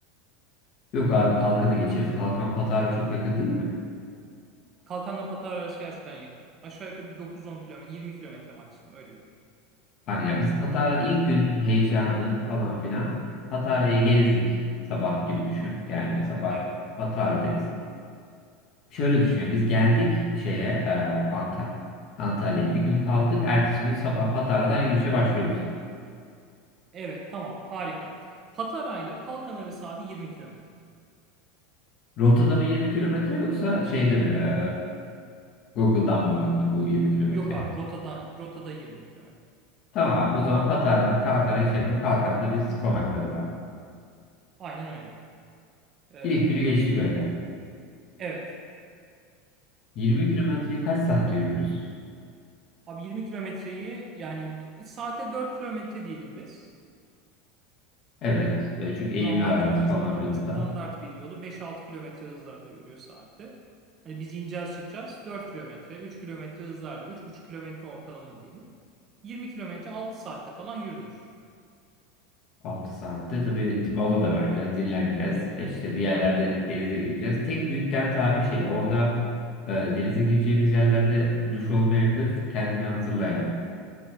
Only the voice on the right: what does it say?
Kalkan'la Patara arası gerçekten yakın. Aşağı yukarı bir dokuz on kilometre, 20 kilometre maksimum öyle bir yer.
Evet.
Evet tamam harika. Patara ile Kalkan arası abi 20 kilometre.
Yok abi rotada, rotada 20 kilometre.
Aynen öyle. Ee,
evet.
Abi 20 kilometreyi yani d- saate 4 kilometre diyelim biz.
Normalde
bir insan
standart
bir yolu 5-6 kilometre hızlarda yürüyor saatte. Hani biz ineceğiz çıkacağız 4 kilometre, 3 kilometre hızlarla 3,5 kilometre ortalama diyelim. 20 kilometre 6 saatte falan yürünür.
Aynen.